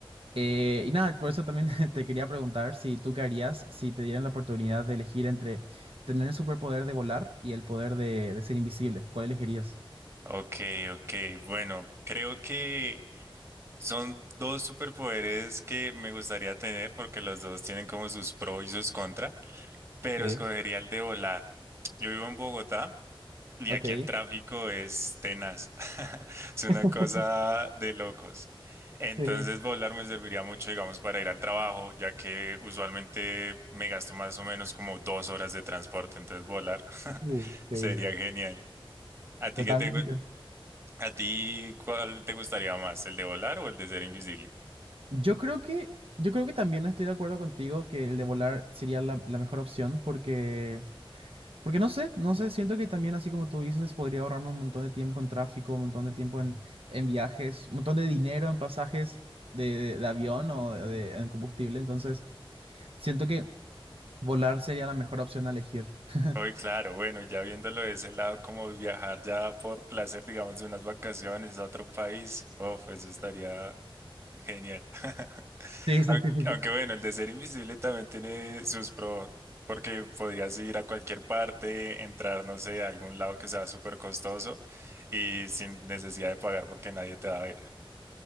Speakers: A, on the right (about 75°); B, on the right (about 30°).
A: Eh, y nada, por eso también <laughs> te quería preguntar si tú qué harías si te dieran la oportunidad de elegir entre tener el superpoder de volar y el poder de, de ser invisible. ¿Cuál elegirías?
B: Ok, ok. Bueno, creo que son dos superpoderes que me gustaría tener porque los dos tienen como sus pros y sus contras, pero
A: Sí.
B: escogería el de volar. Yo vivo en Bogotá y
A: Ok,
B: aquí el tráfico es tenaz. <laughs> Es una
A: <laughs>
B: cosa de locos. Entonces
A: Sí.
B: volar me serviría mucho, digamos, para ir al trabajo, ya que usualmente me gasto más o menos como dos horas de transporte, entonces volar <laughs>
A: Uh, sí.
B: sería genial. ¿A ti
A: totalmente.
B: qué te, ¿A ti cuál te gustaría más, el de volar o el de ser invisible?
A: Yo creo que, yo creo que también estoy de acuerdo contigo que el de volar sería la, la mejor opción porque Porque no sé, no sé, siento que también así como tú dices, podría ahorrarme un montón de tiempo en tráfico, un montón de tiempo en, en viajes, un montón de dinero en pasajes de, de- de avión o de, de- en combustible. Entonces, siento que volar sería la mejor opción a elegir. <laughs>
B: Hoy, claro, bueno, ya viéndolo de ese lado, como viajar ya por placer, digamos, de unas vacaciones a otro país, uf, eso estaría genial. <laughs>
A: Sí, sí,
B: Aunque
A: sí, sí, sí.
B: aunque bueno, el de ser invisible también tiene sus pros, porque podrías ir a cualquier parte, entrar, no sé, a algún lado que sea súper costoso y sin necesidad de pagar porque nadie te va a ver.